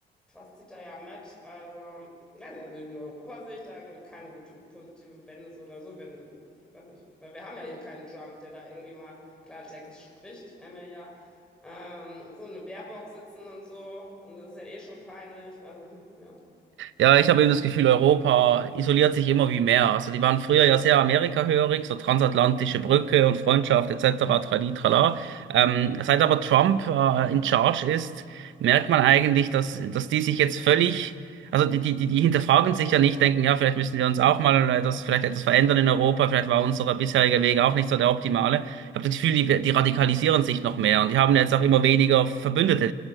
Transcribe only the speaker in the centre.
was zieht da ja mit? Also, weiß nicht, also in Europa sehe ich da irgendwie keine gute positive Wende so oder so, wenn, weiß nicht, weil wir haben ja hier keinen Trump, der da irgendwie mal Klartext spricht. Wir haben ja, ja ähm, so eine Baerbock sitzen und so und das ist ja eh schon peinlich. Also, hm, ja,